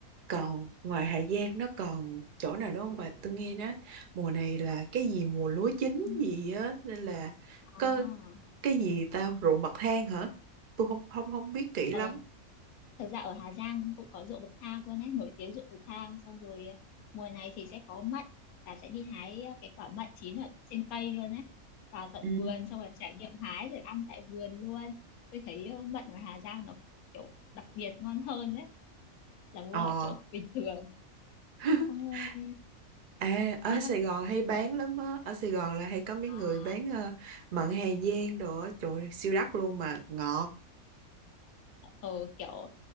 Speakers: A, on the right; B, on the left.
A: Còn ngoài Hà Giang nó còn chỗ nào nữa không bà? Tôi nghe nói mùa này là cái gì mùa lúa chín
B: Ừ.
A: gì á nên là
B: À.
A: có cái gì tao ruộng bậc thang hả? Tôi không không không biết kỹ
B: Ờ,
A: lắm.
B: thật ra ở Hà Giang cũng có ruộng bậc thang luôn ấy, nổi tiếng ruộng bậc thang. Xong rồi ờ, mùa này thì sẽ có mận, là sẽ đi hái ờ, cái quả mận chín ở trên cây luôn ấy. Vào tận
A: Ừ.
B: vườn xong rồi trải nghiệm hái rồi ăn tại vườn luôn. Tôi thấy ờ, mận ở Hà Giang nó kiểu đặc biệt ngon hơn đấy, là mua
A: Ờ.
B: ở chỗ <laughs> bình thường.
A: <laughs>
B: Xong rồi
A: À, ở
B: nếu
A: Sài
B: mà
A: Gòn hay bán
B: ừ,
A: lắm á. Ở Sài Gòn là hay có mấy người
B: à,
A: bán ờ, mận Hà Giang đồ á. Trời ơi, siêu đắt luôn mà. Ngọt.
B: ờ, kiểu